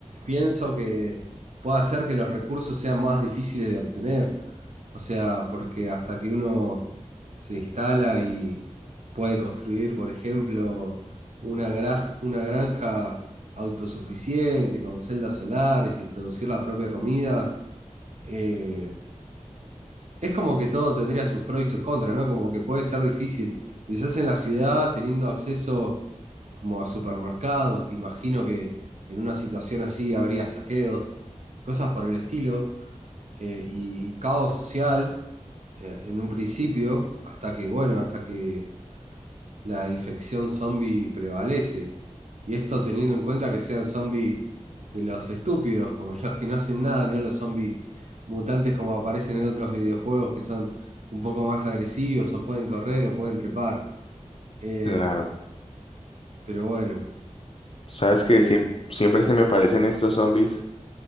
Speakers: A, on the right; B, on the left.
A: pienso que puede hacer que los recursos sean más difíciles de obtener. O sea, porque hasta que uno se instala y puede construir, por ejemplo, una graj- una granja autosuficiente con celdas solares y producir la propia comida, eh, es como que todo tendría sus pros y sus contras, ¿no? Como que puede ser difícil. Quizás en la ciudad, teniendo acceso como a supermercados, que imagino que en una situación así habría saqueos, cosas por el estilo, eh, y, y caos social eh, en un principio, hasta que, bueno, hasta que la infección zombie prevalece. Y esto teniendo en cuenta que sean zombies de los estúpidos, <laughs> como los que no hacen nada, no los zombies mutantes como aparecen en otros videojuegos que son un poco más agresivos o pueden correr o pueden trepar. Eh,
B: Claro.
A: pero bueno,
B: Sabes que
A: eh,
B: siempre, siempre se me parecen estos zombies,